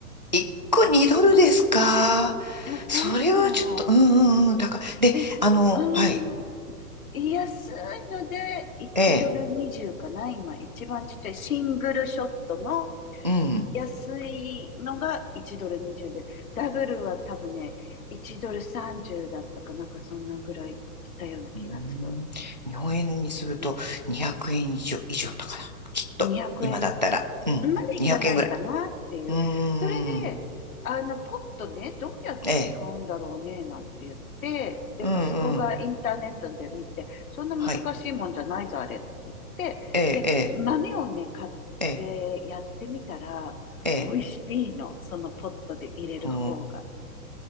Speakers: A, on the right; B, on the left.
A: 1個2ドルですか。
B: 高いの。高いの。
A: それはちょっと、うん、うん、うん、高い。で、
B: で、
A: あの、
B: うーん。
A: はい、
B: 安いので、1ドル20かな今、
A: ええ、
B: 一番ちっちゃいシングルショットの
A: うん、
B: 安いのが1ドル20で、ダブルは多分ね、1ドル30だったかなんかそんなぐらいしたような気がする。
A: うーん日本円にすると200円以上、
B: うん
A: 以上だから、きっと、
B: 2 0円
A: 今だったら。うん、
B: そんまでいかないかなっていう。
A: 200円ぐらい。うー
B: それで、
A: ん、
B: あの、ポットね、どうやって使うんだろうね、
A: ええ、
B: なんて言って、で、
A: うんうん、
B: 息子がインターネットで見て、そんな難しいもんじゃないぞ、
A: はい、
B: あれって言って、
A: ええ、
B: で、
A: ええ、
B: 豆をね、買ってやってみたら、
A: ええ、ええ。
B: 美味しいの。そのポットで入れる方が。
A: ほ